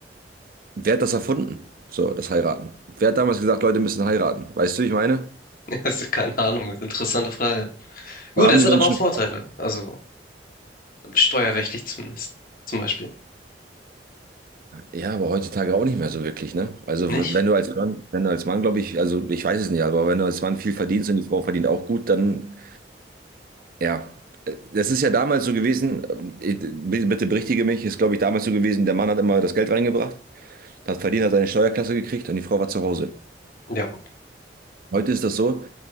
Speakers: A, on the right (about 55°); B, on the left (about 50°).
A: wer hat das erfunden? So, das Heiraten. Wer hat damals gesagt, Leute müssen heiraten? Weißt du, wie ich meine?
B: <laughs> Also keine Ahnung, ist eine interessante Frage. Gut,
A: Da haben
B: es
A: die
B: hat
A: Menschen.
B: aber auch Vorteile, also steuerrechtlich zumindest, zum Beispiel.
A: Ja, aber heutzutage auch nicht mehr so wirklich, ne? Also
B: Nicht?
A: w- wenn du als Mann, wenn du als Mann, glaube ich, also ich weiß es nicht, aber wenn du als Mann viel verdienst und die Frau verdient auch gut, dann ja. Das ist ja damals so gewesen, äh, bitte bitte berichtige mich, ist, glaube ich, damals so gewesen, der Mann hat immer das Geld reingebracht, hat verdient, hat seine Steuerklasse gekriegt und die Frau war zu Hause.
B: Ja.
A: Heute ist das so,